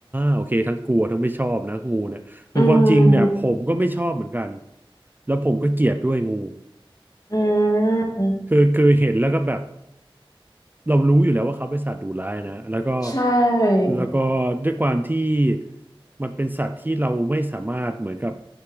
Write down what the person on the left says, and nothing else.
อืม
อืม
ใช่